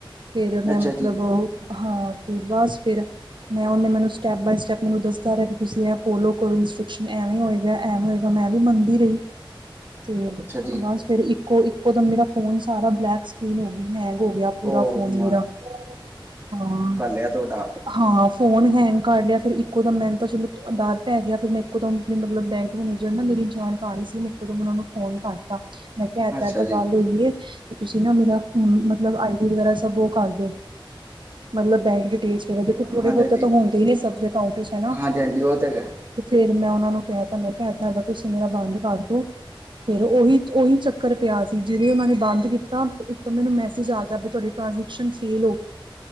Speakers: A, on the right; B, on the right.
A: ਫਿਰ ਮੈਂ
B: ਅੱਛਾ
A: ਮਤਲਬ
B: ਜੀ
A: ਉਹ ਹਾਂ ਤੇ ਬਸ ਫਿਰ ਮੈਂ ਉਹਨੇ ਮੈਨੂੰ ਸਟੈਪ ਬਾਏ ਸਟੈਪੈ ਮੈਨੂੰ ਦੱਸ ਰਿਹਾ ਵੀ ਤੁਸੀਂ ਇਹ ਫੋਲੋ ਕਰੋ ਇੰਸਟਰਕਸ਼ਨ। ਐਵੇਂ ਹੋਏਗਾ, ਐਵੇਂ ਹੋਏਗਾ ਮੈਂ ਵੀ ਮੰਨਦੀ ਰਈ।
B: <unintelligible>
A: ਤੇ
B: ਅੱਛਾ ਜੀ
A: ਬਸ ਫਿਰ ਇੱਕੋ ਇੱਕੋ ਬੰਦੇ ਦਾ ਫੋਨ ਸਾਰਾ ਬਲੈਕ ਸਕਰੀਨ ਹੋ ਗਈ, ਹੈਗ ਹੋ ਗਯਾ ਪੂਰਾ
B: ਉਹ
A: ਫੋਨ ਮੇਰਾ ਹਾਂ।
B: ਗਯਾ ਤੁਹਾਡਾ?
A: ਹਾਂ ਫੋਨ ਹੈਂਗ ਕਰ ਲਿਆ ਫਿਰ ਇੱਕੋ ਦਮ ਮੈਨੂੰ ਤਾਂ ਚਲੋ ਡਰ ਪੈ ਗਿਆ ਫਿਰ ਮੈਂ ਇੱਕੋ ਦਮ ਵੀ ਮਤਲਬ ਬੈਂਕ ਮੈਨੇਜਰ ਨਾ ਮੇਰੀ ਜਾਣਕਾਰੀ ਸੀ ਮੈਂ ਇਕੋਦਮ ਓਨਾ ਨੂੰ ਫੋਨ ਕੱਰਤਾ ਮੈਂ ਕਹਿਤਾ
B: ਅੱਛਾ
A: ਏਦਾਂ
B: ਜੀ
A: ਗੱਲ ਹੋਈ ਏ। ਤੁਸੀਂ ਨਾ ਮੇਰਾ ਫੋਨ ਮਤਲਬ ਆਈ ਡ ਵਗੈਰਾ ਸਬ ਉਹ ਕਰ ਦੋ ਮਤਲਬ ਬੈਂਕ ਡਿਟੇਲ ਦੇਖੋ ਥੋੜੇ
B: ਹਾਂਜੀ
A: ਬਹੁਤੇ
B: ਹਾਂਜੀ
A: ਤਾਂ ਹੁੰਦੇ ਹੀ ਨੇ ਸਭ ਦੇ ਅਕਾਊਂਟ ਚ ਹਨਾ
B: ਹਾਂਜੀ ਹਾਂਜੀ ਉਹ ਤੇ ਹੈਗਾ
A: ਤੇ ਫੇਰ ਮੈਂ ਓਨਾਂ ਨੂੰ ਕਹਿ ਤਾ ਮੈਂ ਕਿਯਾ ਏਦਾਂ- ਏਦਾਂ ਤੁਸੀਂ ਮੇਰਾ ਬੰਦ ਕਰਦੋ! ਫੇਰ ਓਹੀ ਓਹੀ ਚੱਕਰ ਪਿਆ ਸੀ ਜਿਵੇਂ ਉਹਨਾਂ ਨੇ ਬੰਦ ਕੀਤਾ ਉੱਤੋਂ ਮੈਨੂੰ ਮੈਸੇਜ ਆ ਗਿਆ ਬਈ ਤੁਹਾਡੀ ਟਰਾਂਜ਼ੈਕਸ਼ਨ ! <unintelligible>